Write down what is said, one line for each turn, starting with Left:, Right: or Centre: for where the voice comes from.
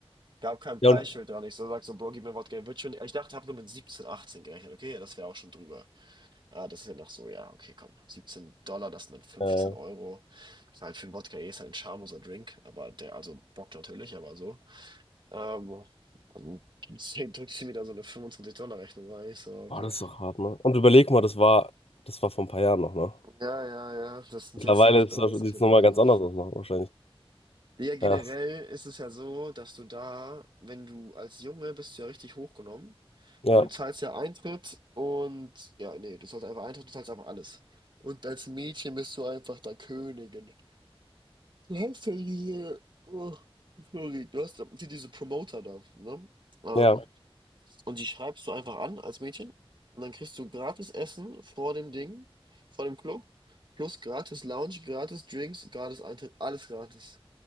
Right: Gab kein Preisschild
Left: Ja, und
Right: dran. Ich so, sag so, Bro, gib mir Wodka E, wird schon. Ich dachte, hab nur mit 17, 18 gerechnet. Okay, das wäre auch schon drüber. Ah, das ist ja noch so, ja, okay, komm. siebzehn Dollar, das sind dann 15
Left: äh,
Right: Euro. Ist halt für 'n Wodka eh ist halt 'n schamloser Drink, aber der also Bock natürlich, aber so. Ähm, und zehn drückt sie mir da so eine fünfundzwanzig Dollar $-Rechnung rein. Ich so: „Okay.“
Left: Oh, das ist doch hart, ne? Und überleg mal, das war, das war vor ein paar Jahren noch, ne?
Right: Ja, ja, ja, das sind
Left: Mittlerweile
Right: jetzt echt 30
Left: sieht
Right: oder
Left: es nochmal
Right: so.
Left: ganz anders aus, machen wahrscheinlich.
Right: Ja, generell
Left: Ja,
Right: ist es ja so, dass du da, wenn du als Junge bist du ja richtig hochgenommen,
Left: ja,
Right: weil du zahlst ja Eintritt und ja, nee, du zahlst einfach Eintritt, du zahlst einfach alles. Und als Mädchen bist du einfach da Königin. Du hast ja diese, oh, sorry, du hast ja hier diese Promoter da, ne? Ähm,
Left: ja,
Right: und die schreibst du einfach an als Mädchen und dann kriegst du gratis Essen vor dem Ding, vor dem Club, plus gratis Lounge, gratis Drinks, gratis Eintritt, alles gratis.